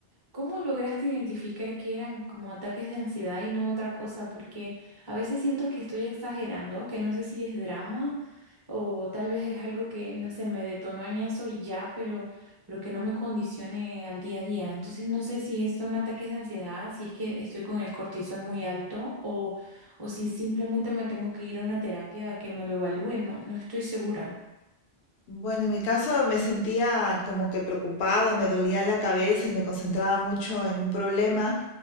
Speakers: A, on the right (about 25°); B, on the left (about 80°).
A: ¿cómo lograste identificar que eran como ataques de ansiedad y no otra cosa? Porque a veces siento que estoy exagerando, que no sé si es drama o tal vez es algo que, no sé, me detonó en eso y ya, pero, pero que no me condicione al día a día. Entonces no sé si es- son ataques de ansiedad, si es que estoy con el cortisol muy alto o, o si simplemente me tengo que ir a una terapia a que me lo evalúen. No, no estoy segura.
B: Bueno, en mi caso me sentía como que preocupada, me dolía la cabeza y me concentraba mucho en un problema.